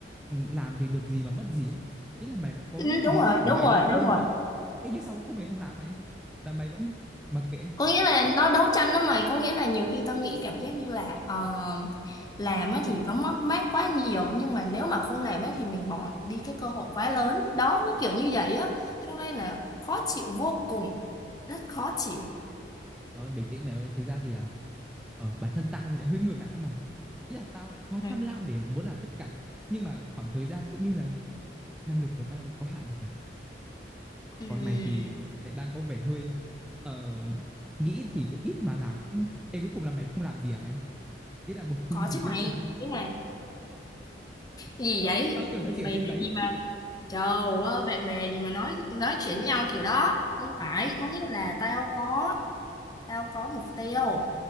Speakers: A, in the centre; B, on the left.
A: ừ, làm thì được gì mà mất gì á. Ý là mày đã có
B: Ừ, đúng
A: lý
B: rồi
A: do để
B: đúng
A: mày
B: rồi
A: làm
B: đúng
A: luôn
B: rồi
A: rồi á. Thế nhưng sau cuối cùng mày không làm mày là mày vẫn mặc kệ
B: có nghĩa là nó đấu tranh đó mày có nghĩa là nhiều khi tao nghĩ cảm giác như là ờ, làm á thì nó mất mát quá nhiều nhưng mà nếu mà không làm á thì mình bỏ đi cái cơ hội quá lớn đó nó kiểu như vậy á cho nên là khó chịu vô cùng rất khó chịu
A: Ờ, bình tĩnh mày ơi, thực ra thì à, ở bản thân tao thì lại hơi ngược lại với mày. Ý là tao lại quá
B: Ừ.
A: tham lam để muốn làm tất cả. Nhưng mà khoảng thời gian cũng như là năng lực của tao lại có hạn thì phải.
B: Ừm,
A: Còn mày thì lại đang có vẻ hơi ờ, nghĩ thì cũng ít mà làm cũng Ê cuối cùng là mày không làm gì à mày? Ý là mục tiêu
B: có
A: thì
B: chứ
A: viết
B: mày
A: ra.
B: ý là
A: <laughs>
B: cái gì
A: Tao,
B: vậy
A: tao tưởng
B: bạn
A: nó chỉ ở
B: bè
A: trên
B: là
A: giấy.
B: gì mà trời ơi bạn bè gì mà nói nói chuyện với nhau kiểu đó không phải có nghĩa là tao có tao có mục tiêu